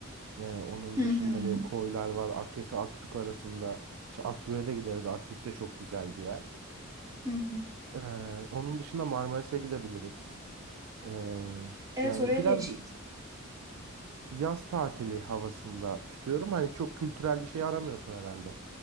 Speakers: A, on the right; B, on the right.
A: Ee, onun
B: Hı hı.
A: dışında böyle koylar var. Akyaka, Akbük arasında. İşte Akbük'e de gideriz. Akbük de çok güzel bir yer.
B: Hı hı.
A: Ee, onun dışında Marmaris'e gidebiliriz. Ee,
B: Evet
A: yani
B: oraya
A: biraz
B: da hiç gitmedim.
A: yaz tatili havasında tutuyorum. Hani çok kültürel bir şey aramıyorsun herhalde.